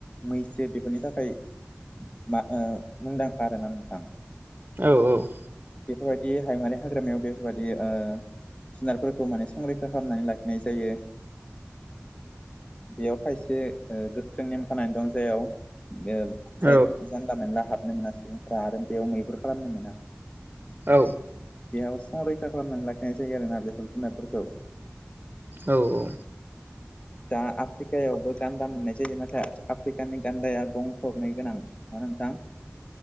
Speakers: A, on the left; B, on the right.
A: मैसो बेफोरनि थाखाय मा ओ मुंदांखा आरोना नोंथां।
B: औ औ
A: बेफोरबायदि हायुङारि हाग्रामायाव बेफोरबायदि ओ जुनारफोरखौ माने संरैखा खालामनानै लाखिनाय जायो। बेयाव खायसे ओ गोख्रों नेम खोनानानै दं जायाव ओ
B: औ
A: जा नला मोनला हाबनो मोना सुबुंफ्रा आरो बेयाव मैहुर खालामनो मोना।
B: औ
A: बेयाव संरैखा खालामनानै लाखिनाय जायो आरोना बेफोर जुनारफोरखौ।
B: औ औ
A: दा आफ्रिकायावबो गान्दा मोननाय जायो नाथाय आफ्रिकानि गान्दाया गं थनै गोनां। हो नोंथां